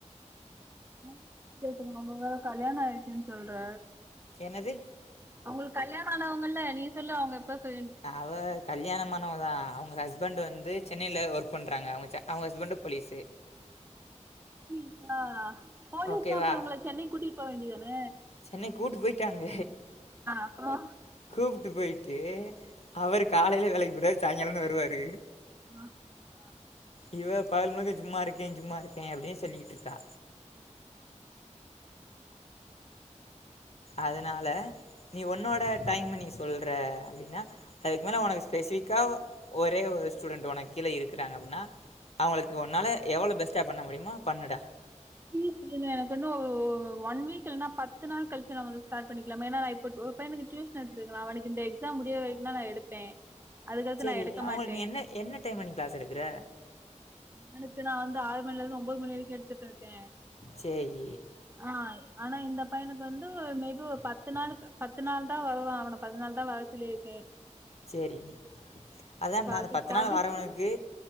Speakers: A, on the right (about 20°); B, on the left (about 55°).
A: ம் பேசுங்க உங்களுக் வேற கல்யாணோ ஆயிச்சுன்னு சொல்ற
B: என்னது
A: அவங்களுக்கு கல்யாணோ ஆனவங்கல்ல நீ சொல்ல அவங்க எப்ப செய்
B: அவ கல்யாணம் ஆனவ தா அவங்க ஹஸ்பண்ட் வந்து சென்னைல ஒர்க் பண்றாங்க அவங்க அவங்க ஹஸ்பண்டு போலீசு
A: போலீஸா போலீஸ்னா
B: ஓகேவா
A: அப்ப இவங்கள சென்னைக்கு கூட்டிட்டு போ வேண்டிய தான
B: சென்னை கூப்ட்டு போய்ட்டாங்க
A: அப்றோ
B: கூப்ட்டு போய்ட்டு அவர் காலைல வேலைக்கு போய்ருவாரு சாய்ங்காலோ தா வருவாரு
A: ஆ ஆ
B: இவ பகல் முழுக்க சும்மா இருக்கே சும்மா இருக்கேன் அப்டியே சொல்லிட்ருக்கா
A: ம்
B: அதனால நீ உன்னோட டைமு நீ சொல்ற அப்டின்னா அதுக்கு மேலே உனக்கு ஸ்பெசிஃபிக்காக ஒரே ஒரு ஸ்டூடெண்ட் உனக்கு கீழே இருக்கிறாங்க அப்டின்னா அவங்களுக்கு உன்னால எவ்வளோ பெஸ்ட்டா பண்ண முடிமோ பண்ணுடா
A: ப்ளீஸ் நீங்க எனக்கு இன்னு ஒன் வீக் இல்லன்னா பத்து நாள் கழிச்சு நா வந்து ஸ்டாட் பண்ணிக்கலாமா ஏன்னா நா இப்ப ஒரு பையனுக்கு டியூஷன் எடுத்துட்டு இருக்க அவனுக்கு இந்த எக்ஸாம் முடிய வரைக்குக தா நா எடுப்பே அதுக்கடுத்து
B: சேரி
A: நா எடுக்க
B: அவங்களுக்கு
A: மாட்டே
B: நீ என்ன என்ன டைமா நீ க்ளஸ் எடுக்குற
A: அவனுக்கு நா வந்து ஆறு மணில இருந்து ஒம்போது மணி வரைக்கு எடுத்துட்டு இருக்க
B: செரி
A: ஆ ஆனா இந்த பையனுக்கு வந்து மேபி ஒரு பத்து நாள் பத்து நாள் தா வருவா அவன பத்து நாள் தா வர சொல்லிருக்கே
B: சேரி அதா அந்த
A: அது
B: பத்து
A: தடுத்து
B: நாள் வரவனுக்கு